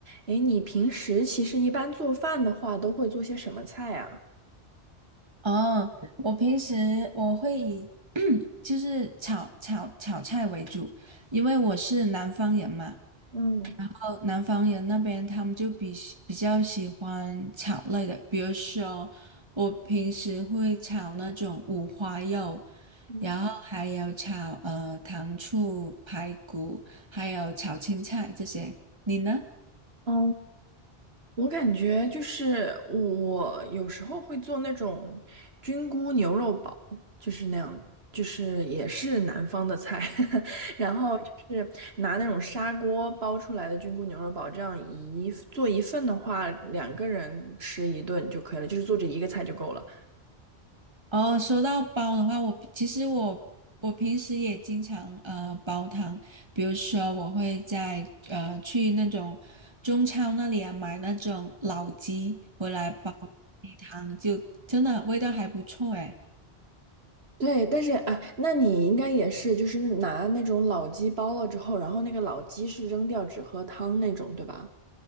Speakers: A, on the right; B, on the right.
A: 诶，你平时其实一般做饭的话，都会做些什么菜啊？
B: 哦，我平时我会以就是炒炒炒菜为主，因为我是南方人嘛。
A: 嗯
B: 哦，南方人那边他们就比喜比较喜欢炒类的，比如说我平时会炒那种五花肉，
A: 嗯
B: 然后还有炒呃糖醋排骨，还有炒青菜这些。你呢？
A: 哦，我感觉就是我有时候会做那种菌菇牛肉煲，就是那样，就是也是南方的菜，<laughs> 然后就是拿那种砂锅煲出来的菌菇牛肉煲，这样一做一份的话，两个人吃一顿就可以了，就是做这一个菜就够了。
B: 哦，说到煲的话，我其实我我平时也经常呃煲汤，比如说我会在呃去那种中超那里啊买那种老鸡回来煲鸡汤，就真的味道还不错诶。
A: 对，但是哎，那你应该也是，就是拿那种老鸡煲了之后，然后那个老鸡是扔掉，只喝汤那种，对吧？